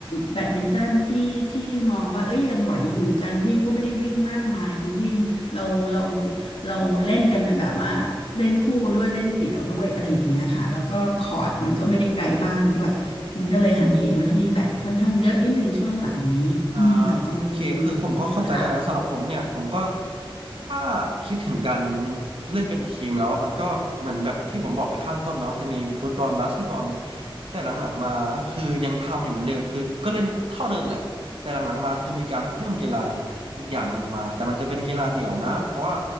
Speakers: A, on the left (about 90°); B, on the right (about 80°).
A: แบดมินตันที่ที่มองว่าเอ้ยยังไหวอยู่การวิ่งก็ไม่ได้วิ่งมากมายคือวิ่งเราเราเราเล่นกันเป็นแบบว่าเล่นคู่ด้วยเล่นเดี่ยวด้วยอะไรอย่างเงี้ยค่ะแล้วก็คอร์ตมันก็ไม่ได้ไกลบ้านด้วยปิงก็เลยหันเหมาที่แบดค่อนข้างเยอะนิดนึงช่วงหลังนี้อืมออกกำลังดึงกำลังขา
B: อ่าโอเคคือผมก็เข้าใจได้นะสำหรับผมเนี่ยผมก็ถ้าคิดถึงการเล่นเป็นทีมแล้วอะมันก็เหมือนแบบที่ผมบอกไปข้างต้นเนาะจะมีฟุตบอลบาสเกตบอลแต่หลังๆมาคือยังทำอยู่เหมือนเดิมคือก็เล่นเท่าเดิมแหละแต่หลังๆมาคือมีการเพิ่มกีฬาอีกอย่างหนึ่งมาแต่มันจะเป็นกีฬาเดี่ยวนะเพราะว่า